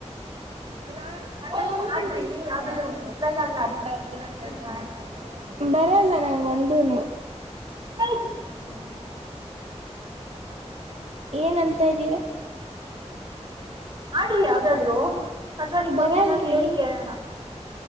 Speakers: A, on the right; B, on the right.
A: ರಾಣ
B: ಪರವಾಗಿಲ್ಲ
A: ಮ ಮಮ್ಮಮ್ಮಿ
B: ಆಡ್ರಿ
A: ಅಟು ಕೊಂಡ
B: ಯಾವ್ದಾದ್ರು
A: ನ ಯ ಮ
B: ಒಂದು ಒಂದು ಲೈನ್ ಆದ್ರೂ ಆಡಿ ಪರವಾಗಿಲ್ಲ
A: ಇ ಅರ್ಚನಾ
B: ಕಂಟಿನ್ಯೂ
A: ಸಂ
B: ಮಾಡೋಣ
A: ಬರಲ್ಲ ನಂ ಒಂದನು
B: ಬತ್ತಿದ್ದೀರ ನೀವು
A: ಏನುಂತ ಇದ್ದೀರ
B: ಮಾಡ್ರಿ ಯಾವ್ದಾದ್ರು ಅಥವಾ ನಿಮ್
A: ಬರಲ್ರಿ
B: ಬಗ್ಗೆ ಏನಾದ್ರು ಹೇಳಿ ಕೇಳೋಣ